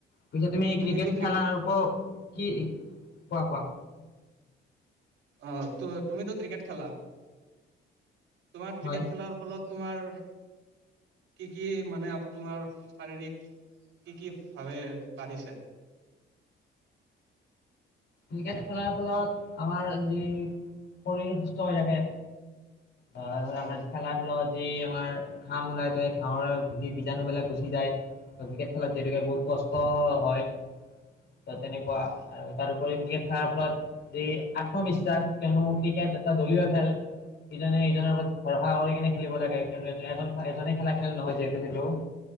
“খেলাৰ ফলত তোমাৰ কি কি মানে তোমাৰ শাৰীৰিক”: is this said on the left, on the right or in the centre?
Right